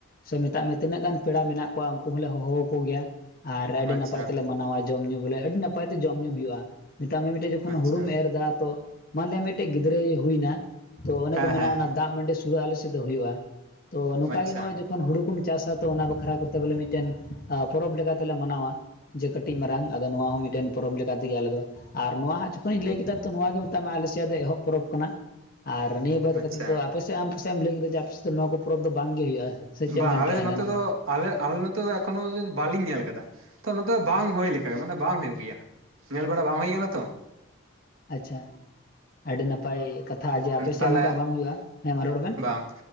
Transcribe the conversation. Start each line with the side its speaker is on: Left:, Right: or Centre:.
Left: ᱥᱮ ᱢᱮᱛᱟᱜ ᱢᱮ ᱛᱤᱱᱟᱹᱜ ᱜᱟᱱ ᱯᱮᱲᱟ ᱢᱮᱱᱟᱜ ᱠᱚᱣᱟ ᱩᱱᱠᱩ ᱦᱚᱞᱮ ᱦᱚᱦᱚ ᱟᱠᱚ ᱜᱮᱭᱟ ᱟᱨ ᱟᱹᱰᱤ
Right: ᱟᱪᱪᱷᱟ
Left: ᱱᱟᱯᱟᱭ ᱛᱮᱞᱮ ᱢᱟᱱᱟᱣᱟ ᱡᱚᱢᱼᱧᱩ ᱵᱚᱞᱮ ᱟᱹᱰᱤ ᱱᱟᱯᱟᱭ ᱛᱮ ᱡᱚᱢᱼᱧᱩ ᱦᱩᱭᱩᱜᱼᱟ ᱢᱮᱛᱟᱜ ᱢᱮ ᱢᱤᱫᱴᱮᱱ ᱴᱮ ᱡᱚᱠᱷᱚᱱ
Right: ᱟᱪᱪᱷᱟ
Left: ᱦᱩᱲᱩᱢ ᱮᱨ ᱫᱟ ᱛᱚ ᱢᱟᱱᱮ ᱢᱤᱫᱴᱤᱡ ᱜᱤᱫᱽᱨᱟᱹᱭ ᱦᱩᱭᱱᱟ ᱛᱚ ᱚᱱᱮ
Right: ᱦᱮᱸ
Left: ᱠᱚ ᱢᱮᱱᱟ
Right: ᱦᱮᱸ
Left: ᱚᱱᱟ ᱫᱟᱜ ᱢᱟᱹᱰᱤ ᱥᱩᱲᱟᱹ ᱟᱞᱮ ᱥᱮᱫ ᱫᱚ ᱦᱩᱭᱩᱜᱼᱟ ᱛᱚ ᱱᱚᱝᱠᱟ
Right: ᱟᱪᱪᱷᱟ
Left: ᱜᱮ ᱱᱚᱜᱼᱚᱭ ᱠᱷᱚᱱ ᱦᱩᱲᱩ ᱠᱚᱢ ᱪᱟᱥᱟ ᱛᱚ ᱚᱱᱟ ᱵᱟᱠᱷᱨᱟ ᱠᱚᱛᱮ ᱵᱚᱞᱮ ᱢᱤᱫᱴᱮᱱ ᱯᱚᱨᱚᱵᱽ ᱞᱮᱠᱟ ᱛᱮᱞᱮ ᱢᱟᱱᱟᱣᱟ ᱡᱮ ᱠᱟᱹᱴᱤᱡ ᱢᱟᱨᱟᱝ ᱟᱫᱚ ᱱᱚᱣᱟ ᱦᱚᱸ ᱢᱤᱫᱴᱮᱱ ᱯᱚᱨᱚᱵᱽ ᱞᱮᱠᱟ ᱛᱮᱜᱮ ᱟᱞᱮ ᱫᱚ ᱟᱨ ᱱᱚᱣᱟ ᱦᱟᱸᱜ ᱡᱚᱠᱷᱚᱱᱤᱧ ᱞᱟᱹᱭ ᱠᱮᱫᱟ ᱛᱚ ᱱᱚᱣᱟ ᱜᱮ ᱢᱮᱛᱟᱜ ᱢᱮ ᱟᱞᱮᱥᱤᱭᱟ ᱫᱚ ᱮᱦᱚᱵ ᱯᱚᱨᱚᱵᱽ ᱠᱟᱱᱟ ᱟᱨ ᱱᱤᱭᱟᱹ ᱵᱟᱫ
Right: ᱟᱪᱪᱷᱟ
Left: ᱠᱟᱛᱮᱫ ᱫᱚ ᱟᱯᱮᱥᱮᱫ ᱟᱢ ᱯᱟᱥᱮ ᱮᱢ ᱞᱟᱹᱭ ᱠᱮᱫᱟ ᱡᱮ ᱟᱯᱮ ᱥᱮᱫ ᱫᱚ ᱱᱚᱣᱟ ᱠᱚ ᱯᱚᱨᱚᱵᱽ ᱫᱚ ᱵᱟᱝᱜᱮ ᱦᱩᱭᱩᱜᱼᱟ ᱥᱮ ᱪᱮᱫ
Right: ᱵᱟᱝ
Left: ᱮᱢ ᱢᱮᱱ
Right: ᱟᱞᱮ
Left: ᱠᱮᱜᱼᱟ
Right: ᱫᱚ
Left: ᱮᱱᱟᱱᱚᱜ
Right: ᱱᱚᱛᱮ ᱫᱚ ᱟᱞᱮ ᱟᱞᱮ ᱱᱚᱛᱮ ᱮᱠᱷᱚᱱᱚ ᱵᱟᱞᱤᱧ ᱧᱮᱞ ᱠᱟᱫᱟ ᱛᱚ ᱱᱚᱛᱮ ᱵᱟᱝ ᱦᱩᱭ ᱞᱮᱠᱟ ᱢᱟᱱᱮ ᱵᱟᱝ ᱦᱳᱭᱳᱜ ᱜᱮᱭᱟ ᱧᱮᱞ ᱵᱟᱲᱟ ᱵᱟᱝ ᱦᱩᱭ ᱟᱠᱟᱱᱟ ᱛᱚ
Left: ᱟᱪᱪᱷᱟ ᱟᱹᱰᱤ ᱱᱟᱯᱟᱭ ᱠᱟᱛᱷᱟ ᱡᱮ ᱟᱯᱮ ᱥᱮᱜ
Right: ᱛᱟᱦᱚᱞᱮ
Left: ᱱᱚᱝᱠᱟ ᱵᱟᱝ ᱦᱩᱭᱩᱜᱼᱟ ᱦᱮᱸ ᱢᱟ ᱨᱚᱲ ᱵᱮᱱ
Right: ᱵᱟᱝ